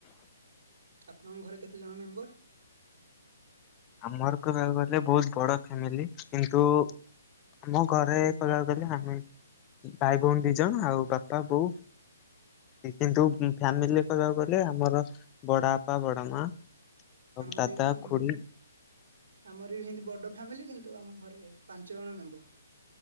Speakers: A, on the right; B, on the left.
A: ଆପଣଙ୍କ ଘରେ କେତେଜଣ ମେମ୍ବର?
B: ଆମର କହିବାକୁ ଗଲେ ବହୁତ ବଡ ଫ୍ୟାମିଲି କିନ୍ତୁ ଆମ ଘରେ କହିବାକୁ ଗଲେ
A: ଆଜ୍ଞା
B: ଆମେ ଭାଇ ଭଉଣୀ ଦି ଜଣ ଆଉ ବାପା ବୋଉ। କିନ୍ତୁ ଫ୍ୟାମିଲିରେ କହିବାକୁ ଗଲେ ଆମର ବଡ ବାପା ବଡ ମା ଆଉ
A: ଆମର
B: ଦାଦା
A: ବି ହେମିତି
B: ଖୁଡି
A: ଆମର ବି ହେମିତି ବଡ ଫ୍ୟାମିଲି କିନ୍ତୁ ଆମ ଘରେ ପାଞ୍ଚ ଜଣ ମେମ୍ବର।